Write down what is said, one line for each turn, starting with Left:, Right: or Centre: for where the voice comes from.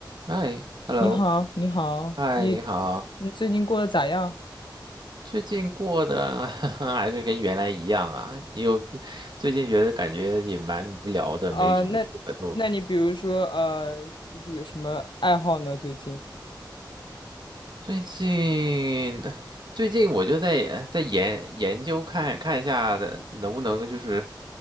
Right: 嗨，hello，
Left: 你好，你好，
Right: 嗨，
Left: 你
Right: 你好，
Left: 你最近过得咋样？
Right: 最近过的 <laughs> 还是跟原来一样啊？你有最近觉得感觉也蛮无聊的，
Left: 啊、
Right: 没什么事可做。
Left: 那那你比如说呃，就是有什么爱好呢？最近？
Right: 最近最近我就在在研研究看看一下的，能不能就是